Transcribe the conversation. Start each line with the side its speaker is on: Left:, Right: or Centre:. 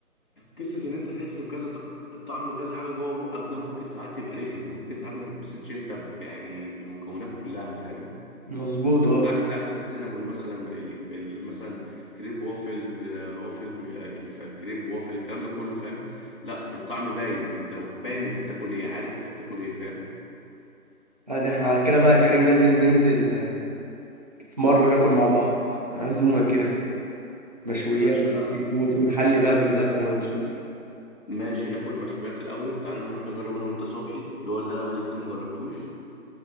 Left: قصة إن أنت تحس بكذا طق- طعم كذا حاجة جوه بقك ده ممكن ساعات يبقى رخم ممكن ساعات ما تتبسطش أنت ب- يعني بالمكونات كلها فاهم
Right: مظبوط اه
Left: عكس أكلة السينابون مثلا ال- ال- مثلا كريب وافل آه، وافل آه، ك- كريب وافل الكلام ده كله فاهم لا الطعم باين أنت باين أنت بتاكل إيه عارف أنت بتاكل إيه فاهم
Right: هذا احنا على كده بقى يا كريم لازم ننزل آه، في مرة ناكل مع بعض عزومة كده مشويات
Left: يا باشا
Right: بقى، سي فود ونحلي بقى بلبن ونشوف
Left: ماشي ناكل مشويات الأول تعال نروح نجرب أنا وأنت صبحي اللي هو اللي أنا بقالي كتير ما جربتوش